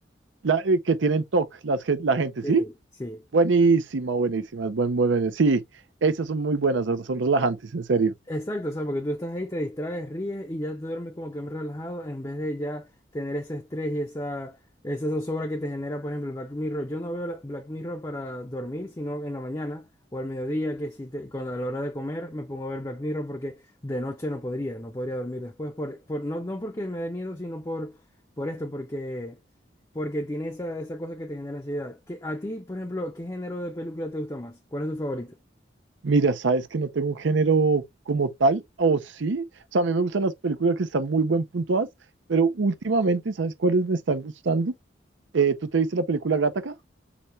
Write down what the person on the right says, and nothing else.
La, eh, que tienen TOC, las, gen- la gente,
¿sí?
Buenísima, buenísima, es buen, buen, buen- Sí, esas son muy buenas, esas son relajantes, en serio.
Mira, sabes que no tengo un género como tal, o sí. O sea, a mí me gustan las películas que están muy buen puntuadas, pero últimamente, ¿sabes cuáles me están gustando? Eh, ¿tú te viste la película Gataca?